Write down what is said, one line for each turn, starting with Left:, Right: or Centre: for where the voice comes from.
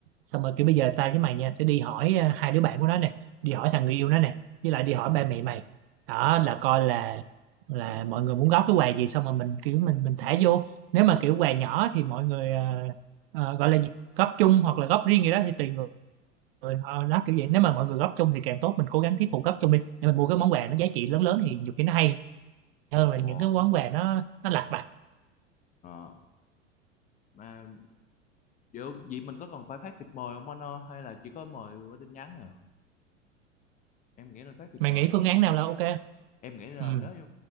Right: xong rồi kiểu bây giờ tao với mày nha sẽ đi hỏi ờ, hai đứa bạn của nó nè đi hỏi thằng người yêu nó nè với lại đi hỏi ba mẹ mày đó là coi là là mọi người muốn góp cái quà gì xong rồi mình kiểu mình mình thả vô nếu mà kiểu quà nhỏ thì mọi người ờ, ờ, gọi là gì? góp chung hoặc là góp riêng gì đó thì tùy người người họ đó kiểu vậy nếu mà mọi người góp chung thì càng tốt mình cố gắng thuyết phục góp chung đi để mình mua cái món quà nó giá trị lớn lớn thì nhiều khi nó hay hơn là
Left: ồ,
Right: những cái món quà nó nó lặt vặt
Left: ờ mà vậy, vậy mình có cần phải phát thiệp mời không anh ơi hay là chỉ có mời qua tin nhắn à em nghĩ nên phát thiệp
Right: mày
Left: mời
Right: nghĩ
Left: đi
Right: phương án nào là ok
Left: em nghĩ là
Right: ừ
Left: nếu như